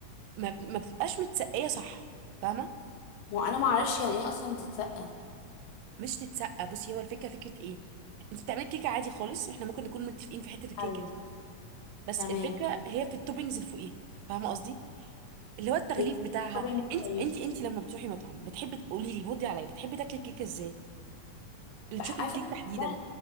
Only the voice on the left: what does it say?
ما انا ما اعرفش يعني ايه اصلا تتسقى
ايوه
تمام
بالتوبينج
طيب
بح- عارفه
بحبها